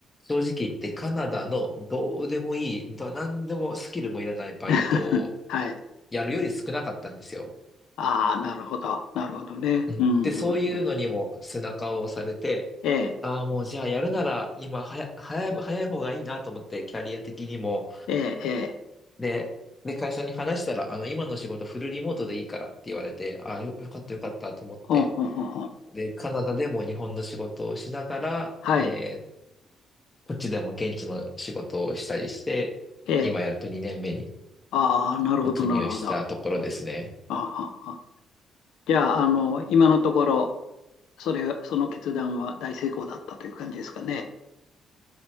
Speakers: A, on the left; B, on the left.
A: 正直言ってカナダのどうでもいい、ど何でもスキルもいらないバイトを
B: <laughs> はい。
A: やるより少なかったんですよ。
B: ああ、なるほど。なるほどね。
A: うん、
B: うん、
A: で、そういうのにも背中を押されて、
B: うん。ええ、
A: ああ、もうじゃあやるなら今はや、早い、早い方がいいなと思って、キャリア的にも。
B: ええ、ええ。
A: で、で、会社に話したら、あの、今の仕事フルリモートでいいからって言われて、ああ、よ、よかったよかったと思って。
B: ほんほんほんほん。
A: で、カナダでも日本の仕事をしながら、
B: はい。
A: えこっちでも現地の仕事をしたりして、
B: ええ。
A: 今やっと2年目に
B: ああ、なるほど、
A: 突入したところですね。
B: なるほど。ああ、ああじゃあ、あの、今のところ、それ、その決断は大成功だったという感じですかね。